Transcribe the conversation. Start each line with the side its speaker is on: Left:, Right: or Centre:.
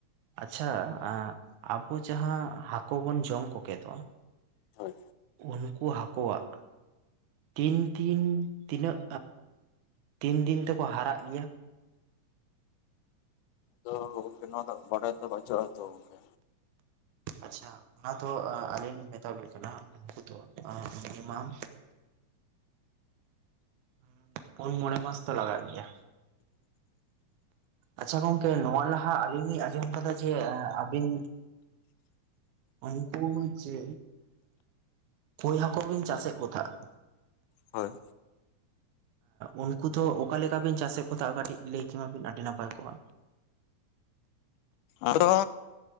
Right: ᱟᱪᱪᱷᱟ ᱟᱵᱚ ᱡᱟᱦᱟᱸ ᱦᱟᱠᱳ ᱵᱚᱱ ᱡᱚᱢ ᱠᱚᱜᱮ ᱫᱚ
Left: ᱦᱳᱭ
Right: ᱩᱱᱠᱩ ᱦᱟᱹᱠᱳᱣᱟᱜ ᱛᱤᱱ ᱛᱤᱱ ᱛᱤᱱᱟᱹᱜ ᱛᱤᱱ ᱫᱤᱱ ᱛᱮᱠᱚ ᱦᱟᱨᱟᱜ ᱜᱮᱭᱟ
Left: ᱛᱚ ᱜᱚᱝᱠᱮ ᱱᱚᱣᱟ ᱫᱚ ᱵᱟᱰᱟᱭ ᱛᱮ ᱵᱟᱹᱪᱩᱜᱼᱟ ᱛᱚ ᱜᱚᱝᱠᱮ
Right: ᱟᱪᱪᱷᱟ ᱚᱱᱟ ᱫᱚ ᱟᱹᱞᱤᱧ ᱞᱤᱧ ᱢᱮᱛᱟ ᱵᱤᱱ ᱠᱟᱱᱟ ᱩᱱᱠᱩ ᱫᱚ ᱢᱤᱱᱤᱢᱟᱢ ᱩᱸ ᱯᱩᱱ ᱢᱚᱬᱮ ᱢᱟᱥ ᱛᱚ ᱞᱟᱜᱟᱜ ᱜᱮᱭᱟ ᱟᱪᱪᱷᱟ ᱜᱚᱝᱠᱮ ᱱᱚᱣᱟ ᱞᱟᱦᱟ ᱟᱞᱤᱧ ᱞᱤᱧ ᱟᱸᱡᱚᱢ ᱠᱟᱫᱟ ᱡᱮ ᱟᱵᱤᱱ ᱩᱱᱠᱩ ᱡᱮ ᱠᱳᱭ ᱦᱟᱹᱠᱩ ᱵᱤᱱ ᱪᱟᱥᱮᱫ ᱠᱚ ᱛᱟᱦᱮᱸ
Left: ᱦᱳᱭ
Right: ᱩᱱᱠᱩ ᱫᱚ ᱚᱠᱟᱞᱮᱠᱟ ᱵᱤᱱ ᱪᱟᱥᱮᱫ ᱠᱚ ᱛᱟᱦᱮᱸᱜ ᱠᱟᱹᱴᱤᱡ ᱞᱟᱹᱭ ᱠᱮᱢᱟᱵᱤᱱ ᱟᱹᱰᱤ ᱱᱟᱯᱟᱭ ᱠᱚᱜᱼᱟ
Left: ᱟᱫᱚ